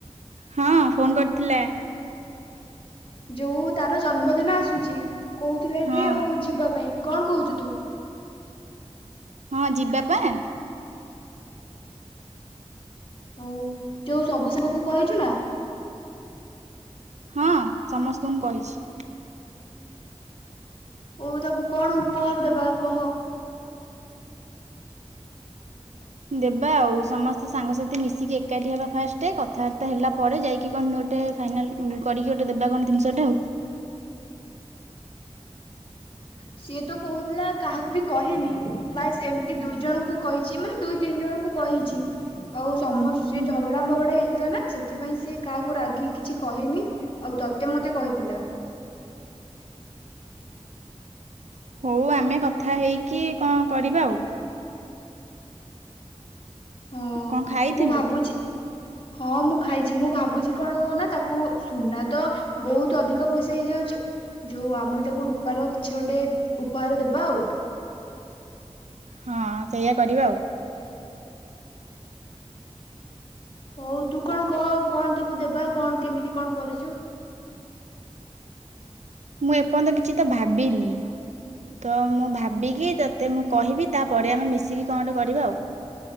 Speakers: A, on the right (about 80°); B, on the left (about 50°).
A: ହଁ ଫୋନ କରିଥିଲେ।
B: ଯୋଉ ତାର ଜନ୍ମଦିନ ଆସୁଛି। କହୁଥିଲା
A: ହଁ
B: କି ଆଉ ଯିବା ପାଇଁ। କଣ କହୁଛୁ ତୁ।
A: ହଁ ଯିବା ପାଇଁ।
B: ହଉ ଯୋଉ ସବୁ ଶବକୁ କହିଛୁ ନା।
A: ହଁ ସମସ୍ତଙ୍କୁ କହିଛି।
B: ଓ ତାକୁ କଣ ଉପହାର ଦେବ। ବା କହ।
A: ଦେବା ଆଉ ସମସ୍ତେ ସାଙ୍ଗସାଥି ମିଶିକି ଏକାଠି ହେବା ଫାଷ୍ଟ କଥାବାର୍ତ୍ତା ହେଲା ପରେ ଯାଇକି କଣ ଗୋଟେ ଫାଇଲ କରି ଗବା କଣତିନିଟା ଆଉ।
B: ସିଏ ତ କହୁଥିଲା କାହାକୁ ବି କହେନି ବାସ୍ ଏମିତି ଦୁଇ ଜଣଙ୍କୁ କହିଛି ମାନେ ଦୁଇ ତିନି ଜଣଙ୍କୁ କହିଛି ଆଉ। ସମସ୍ତେ
A: ହୁଁ
B: ଝଗଡା ମଗଡା ହେଇ। ଥିଲା ନା ସେଥିପାଇଁ ସିଏ କାହାକୁ ରାଗିକି କିଛି କହିନି ଆଉ ତ। ମତେ ମତେ କହିଥିଲା।
A: ହଉ ଆମେ କଥା ହେଇକି। କି କଣ କରିବା ଆଉ।
B: ହଁ
A: କଣ ଖାଇଥିଲୁ?
B: ମୁଁ ଭାବୁଛି ହଁ ମୁଁ ଖାଇଛି ମୁଁ ଭାବୁଛି କଣ କହୁନା ତାକୁ ସୁନା ତ ବହୁତ ଅଧିକ ପଇସା ହେଇଯାଉଛି ଯୋଉ ଆମେ ତାକୁ ରୂପାର କିଛି ଗୋଟେ ଉପହାର ଦେବା ଆଉ।
A: ହଁ ସେଇଆ କରିବା ଆଉ।
B: ହଉ ତୁ କଣ କହ କଣ ତ କୁ ଦେବା କଣ କେମିତି କଣ କରିଛୁ?
A: ମୁଁ ଏପର୍ଯ୍ୟନ୍ତ କିଛି ତ ଭାବିନି ତ ମୁଁ ଭାବିକି ତତେ ମୁଁ କହିବି ତାପରେ ଆମେ ମିଶିକି କଣ ଗୋଟେ କରିବା ଆଉ